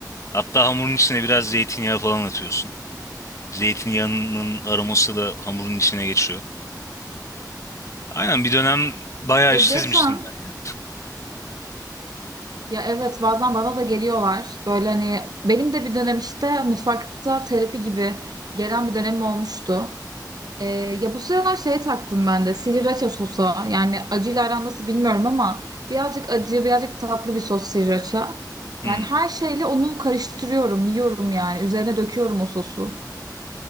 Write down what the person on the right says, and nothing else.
Ya
geçen
ya evet bazen bana da geliyorlar. Böyle hani benim de bir dönem işte mutfakta terapi gibi gelen bir dönemim olmuştu. Ee, ya bu sıralar şeye taktım ben de sriracha sosa yani acıyla aran nasıl bilmiyorum ama birazcık acı birazcık tatlı bir sos sriracha.
Yani her şeyle onu karıştırıyorum yiyorum yani üzerine döküyorum o sosu.